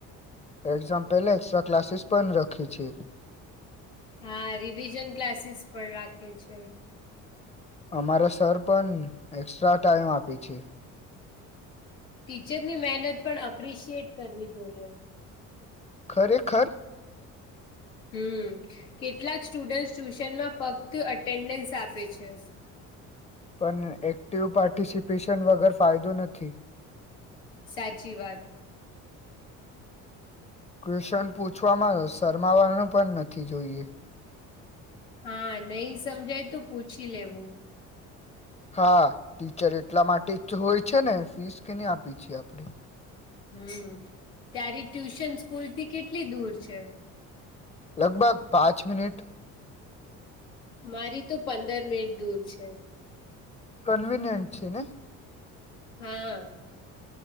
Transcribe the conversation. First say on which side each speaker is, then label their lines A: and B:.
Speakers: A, on the left; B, on the left.
A: એક્ઝામ પહેલા એક્સ્ટ્રા ક્લાસીસ પણ રખી છે.
B: હા રિવિઝન ક્લાસીસ પણ રાખે છે.
A: અમારા સર પન એકક્સ્ટ્રા ટાઈમ આપે છે.
B: ટીચરની મહેનત પણ એપ્રિશિએટ કરવી જોઈએ
A: ખરેખર
B: હમ કેટલાક સ્ટુડન્ટસ ટ્યુશનમાં ફક્ત અટેન્ડન્સ આપે છે.
A: પન એક્ટિવ પાર્ટિસિપેશન વગર ફાયદો નથી.
B: સાચી વાત
A: ક્વેશ્ચન પૂછવામાં શર્માવાનું પણ નથી જોઈએ.
B: હા નહી સમજાય તો પૂછી લેવું
A: હા ટીચર એટલા માટે જ હોય છે, ને ફીસ કેને આપી છીએ આપણે
B: હમ ત્યારી ટ્યુશન સ્કૂલથી કેટલી દૂર છે.
A: લગભગ પાંચ મિનીટ
B: મારી તો પંદર મિનિટ દૂર છે.
A: કન્વીિનિયન્ટ છે, ને?
B: હા.